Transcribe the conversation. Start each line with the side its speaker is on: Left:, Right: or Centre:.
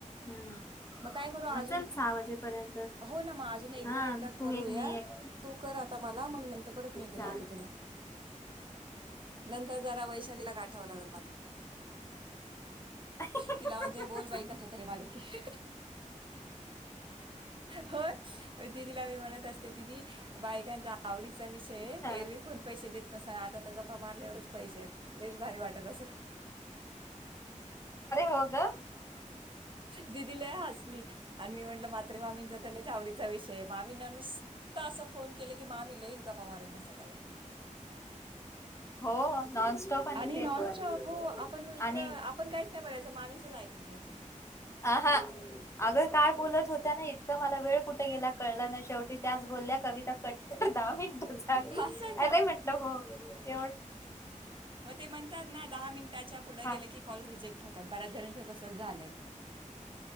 Left: हम्
Right: मग काय करू अजून
Left: मग चल सहा वाजेपर्यंतच,
Right: हो ना मग अजून एकदा
Left: हा
Right: एकदा करूया
Left: तू एक मी एक
Right: तू कर आता मला मग नंतर परत मी एक
Left: चाल
Right: लावते तुला नंतर जरा वैशालीला गाठाव लागल मला
Left: मिनिट
Right: तिला म्हणते बोल बाई कस तरी माझ्याशी होय दिदीला मी म्हणत असते, दीदी बायकांचा आवडीचा विषय ये,
Left: अरे
Right: एरवी कोण पैशे देत नस न आता तर गप्पा मार <unintelligible> पैशे येत, लईच भारी वाटत असल,
Left: हो ग
Right: दिदि लय हसली आणि मी म्हणलं म्हात्रे मामींचा तर लईच आवडीचा विषय, मामींना नुसत असं फोन केल की मामी लईच गप्पा मारत बसतात अग
Left: हो. नॉनस्टॉप
Right: आणि
Left: ते
Right: नॉनस्टॉप
Left: पण
Right: हो आपण नुसत
Left: आणि
Right: आपण काहीच नाही बोलायचं, मामीचंच ऐकून घ्यायचं.
Left: अह अगं काय बोलत होत्या ना इतक, मला वेळ कुठ गेला कळल नई, शेवटी त्याच बोल्या कविता कट कर दहा मिन ट झाली,
Right: असं आहे का?
Left: अरे म्हंटलं हो. एवड
Right: मग ते म्हणतात ना, दहा मिंनटाच्या पुढ
Left: हा
Right: गेल की कॉल रिजेक होतात, बऱ्याच जणींच तस झालंय.